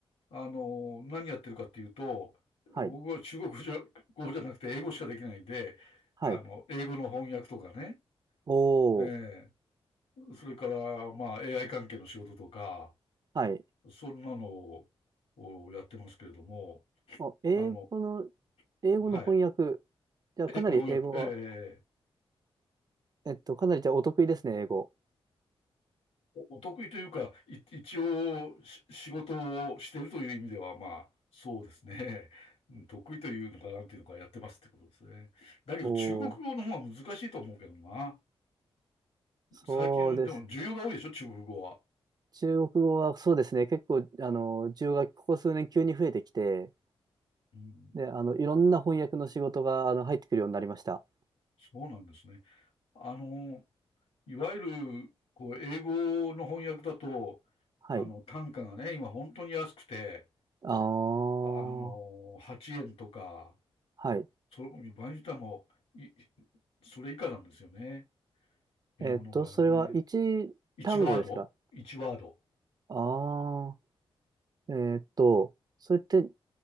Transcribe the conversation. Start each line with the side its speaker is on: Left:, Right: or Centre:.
Left: あの、何やってるかっていうと、僕は中国語じゃ、
Right: はい、
Left: 語じゃなくて英語しかできないんで、
Right: はい、
Left: あの、英語の翻訳とかね、
Right: おー、
Left: ええ、それから、まあ、AI 関係の仕事とか、
Right: はい、
Left: そんなのををやってますけれども、
Right: お、英語の、
Left: あの、
Right: 英語の翻訳、
Left: はい。
Right: じゃあかなり英語は、
Left: この翻訳、ええ
Right: えっと、かなりじゃあお得意ですね、英語。
Left: お得意というか、い一応し仕事をしているという意味では、まあ、そうですね。うん得意というのか、なんていうのか、やってますってことですね。だけど、
Right: おお
Left: 中国語の方は難しいと思うけどな。
Right: そうです。
Left: 最近、でも、需要が多いでしょ、中国語は。
Right: 中国語はそうですね、結構、あの、需要がここ数年急に増えてきて、
Left: うん、
Right: で、あの、いろんな翻訳の仕事が、あの、入ってくるようになりました。
Left: そうなんですね。あの、いわゆる、こう、英語の翻訳だと、
Right: はい。
Left: あの、単価がね、今本当に安くて、
Right: ああ、は
Left: あの、8円とか、
Right: い。
Left: そ、場合によってはもう、い、それ以下なんですよね。英語の場合はね。
Right: えっと、それは一単語ですか
Left: 1ワード ?1 ワード。
Right: ああー、えっと、それって